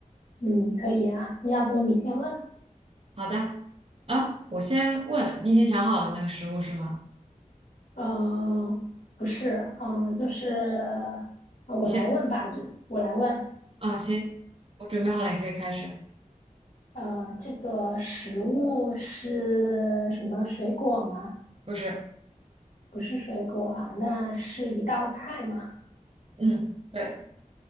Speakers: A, on the left; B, on the right.
A: 嗯，可以呀。要不你先问？
B: 好的，啊，我先问，你已经想好了那个食物是吗？
A: 呃，不是，嗯、就是呃我来问吧，
B: 你先，
A: 就我来问。
B: 啊，行，我准备好了，你可以开始。
A: 呃，这个食物是什么水果吗？
B: 不是，
A: 不是水果啊，那是一道菜吗？
B: 嗯，对，